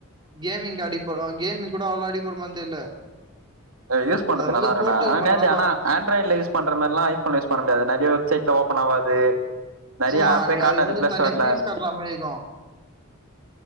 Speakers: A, on the right; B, on the right.
A: கேமிங்க்கு அடிப்படு கேமிங் கூட அவ்ளோ அடிபடுமானு தெர்ல
B: யூஸ் பண்ணதுக்கு
A: அது வந்து
B: நல்லா இருக்குணா
A: போட்டோக்கு
B: ஆனா
A: மட்டுந்தான்டா
B: நேத்து ஆனா ஆண்ட்ராய்ட்ல யூஸ் பண்ற மாரில்லா ஐ ஃபோன்ல யூஸ் பண்ண முடியாது நெறயா வெப் சைட்ல ஓப்பன் ஆவாது நெறைய
A: ஆமா
B: ஆப்பே
A: நீ
B: காட்டாது
A: அதுக்கு வந்து
B: பிளே
A: தனியா
B: ஸ்டோர்ல
A: ஃபீஸ் கட்ற மாரி இருக்கு